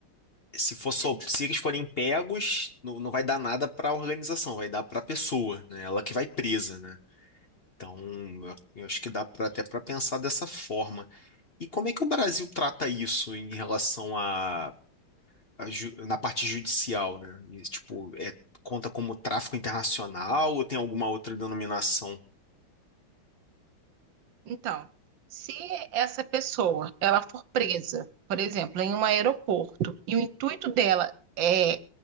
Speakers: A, on the left; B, on the right.
A: se for só, se eles forem pegos, não, não vai dar nada para a organização, vai dar para a pessoa, né? Ela que vai presa, né? Então, eu eu acho que dá pra, até para pensar dessa forma. E como é que o Brasil trata isso em relação a, a ju- na parte judicial, né? E, tipo, é, conta como tráfico internacional ou tem alguma outra denominação?
B: Então, se essa pessoa ela for presa, por exemplo, em um aeroporto, e o intuito dela é